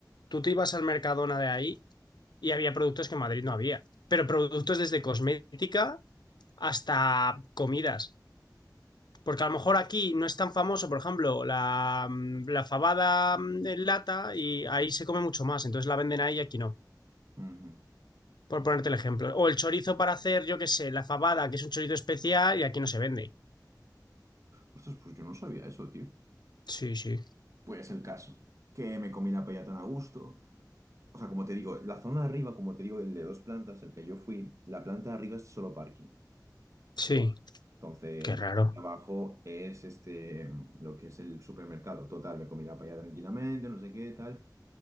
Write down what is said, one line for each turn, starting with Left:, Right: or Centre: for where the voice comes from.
Left: tú te ibas al Mercadona de ahí y había productos que en Madrid no había, pero productos desde cosmética hasta comidas. Porque a lo mejor aquí no es tan famoso, por ejemplo, la, mm, la fabada mm, en lata y ahí se come mucho más, entonces la venden ahí y aquí no,
Right: Ujú.
Left: por ponerte el ejemplo. O el chorizo para hacer, yo qué sé, la fabada, que es un chorizo especial y aquí no se vende.
Right: Ostras, pues yo no sabía eso, tío.
Left: Sí, sí,
Right: Pues el caso, que me comí la paella tan a gusto. O sea, como te digo, la zona de arriba, como te digo, el de dos plantas, el que yo fui, la planta de arriba es solo parking.
Left: sí,
Right: Entonces,
Left: qué raro.
Right: la planta de abajo es este, lo que es el supermercado. Total, me comí la paella tranquilamente, no sé qué, tal.